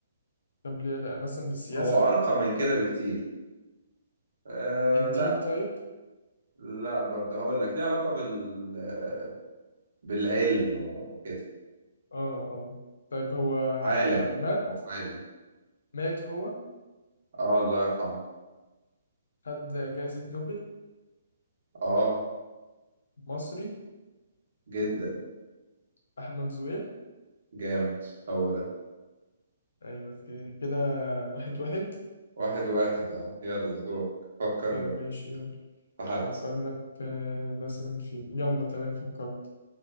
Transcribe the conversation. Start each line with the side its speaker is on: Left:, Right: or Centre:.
Left: طب ليه لا مثلا بالسياسة
Right: هو أرقى من كده بكتير أه
Left: الدين
Right: لا
Left: طيب
Right: لا برضه هقول لك ليه علاقة بال آه، بالعلم وكده
Left: اه اه طيب هو
Right: عالم
Left: مات
Right: هو عالم
Left: مات هو
Right: اه الله يرحمه
Left: خد جائزة نوبل
Right: اه
Left: مصري
Right: جدا
Left: أحمد زويل
Right: جامد هو ده
Left: أيوة ك- كده واحد واحد
Right: واحد واحد اه يلا دور فكر
Left: طيب ماشي يلا
Right: في حد
Left: فكر لك آه، مثلا في يلا تمام فكرت